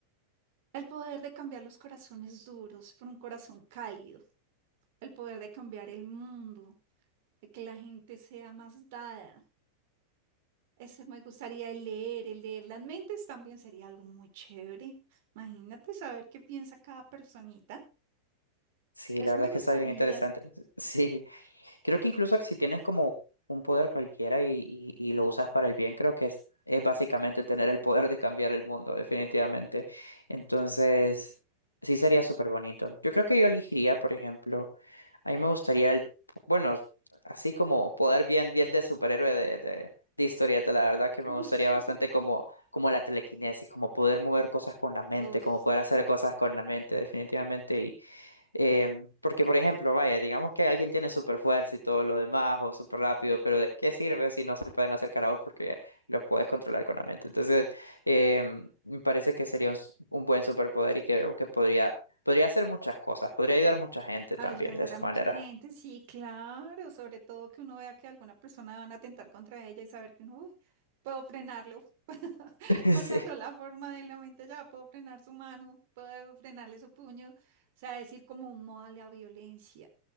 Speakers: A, on the right (about 50°); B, on the left (about 80°).
A: El poder de cambiar los corazones duros por un corazón cálido, el poder de cambiar el mundo, de que la gente sea más dada. Eso me gustaría el leer, el leer las mentes también sería algo muy chévere. Imagínate saber qué piensa cada personita.
B: Sí,
A: Eso
B: la verdad
A: me
B: es
A: gustaría.
B: que está bien interesante. <laughs> Sí, Creo que incluso si tienes como un poder cualquiera y, y- y lo usas para el bien, creo que es, es básicamente tener el poder de cambiar el mundo, definitivamente. Entonces, sí sería súper bonito. Yo creo que yo elegiría, por ejemplo, a mí me gustaría el, bueno, así como poder bien, bien de superhéroe de, de, de historieta, la verdad que me
A: <laughs>
B: gustaría bastante como, como la telequinesis, como poder mover cosas con la mente,
A: Uf,
B: como poder
A: súper.
B: hacer cosas con la mente, definitivamente. Eh, porque, por ejemplo, vaya, digamos que alguien tiene super fuerza y todo lo demás, o súper rápido, pero ¿de qué sirve si no se pueden acercar a vos porque los puedes controlar con la mente? Entonces, eh, me parece que sería un, s- un buen superpoder y que, que podría, podría hacer muchas cosas, podría ayudar a mucha gente
A: Ayudar
B: también de esa
A: a mucha
B: manera.
A: gente, sí, claro. Sobre todo que uno vea que alguna persona van a atentar contra ella y saber que uno, uy, puedo frenarlo. <laughs>
B: <laughs>
A: Con
B: Sí,
A: la sola forma de la mente ya puedo frenar su mano, puedo frenarle su puño. O sea, decir como un modo a la violencia,